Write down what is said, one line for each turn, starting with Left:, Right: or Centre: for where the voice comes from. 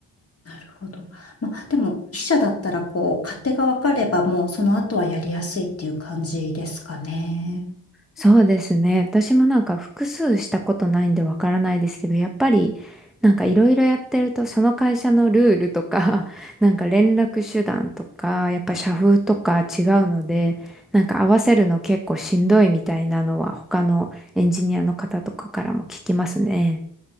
Left: なるほど。まあ、でも、筆者だったら、こう、勝手が分かれば、もう、その後はやりやすいっていう感じですかね。
Centre: そうですね。私もなんか複数したことないんでわからないですけど、やっぱりなんかいろいろやってると、その会社のルールとか、<laughs> なんか連絡手段とか、やっぱ社風とか違うので、なんか合わせるの結構しんどいみたいなのは他のエンジニアの方とかからも聞きますね。